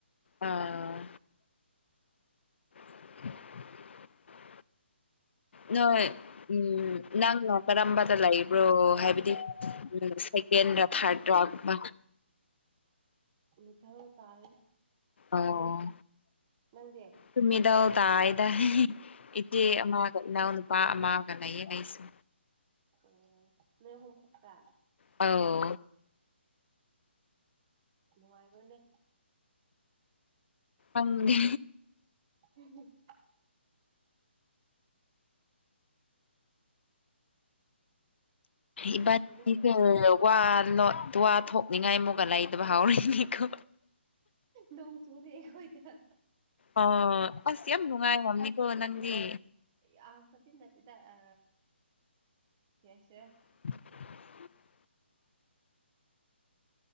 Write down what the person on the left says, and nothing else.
ꯑꯥ <unintelligible> ꯅꯣꯏ ꯎꯝ ꯅꯪꯅ ꯀꯔꯝꯕꯗ ꯂꯩ ꯕ꯭ꯔꯣ ꯍꯥꯏꯕꯗꯤ ꯎꯝ ꯁꯦꯀꯦꯟꯔ ꯊꯥꯔꯗ꯭ꯔꯥꯒꯨꯝꯕ
ꯑꯣ
ꯁꯨ ꯃꯤꯗꯜ ꯇꯥꯏꯗ ꯏꯆꯦ
ꯑꯃꯒ ꯏꯅꯥꯎ ꯅꯨꯄꯥ ꯑꯃꯒ ꯂꯩꯌꯦ ꯑꯩꯁꯨ
ꯑꯥꯎ
ꯑꯪꯗꯦ
ꯏꯕꯥꯅꯤꯁꯦ
ꯋꯥ ꯂꯣꯠ ꯋꯥ ꯊꯣꯛꯅꯤꯡꯉꯥꯏ ꯑꯃꯨꯛꯀ ꯂꯩꯇꯕ ꯍꯥꯎꯔꯦꯅꯦꯀꯣ
ꯑꯣ ꯑꯁ ꯌꯥꯝ ꯅꯨꯡꯉꯥꯏꯔꯝꯅꯤꯀꯣ ꯅꯟꯗꯤ
<unintelligible>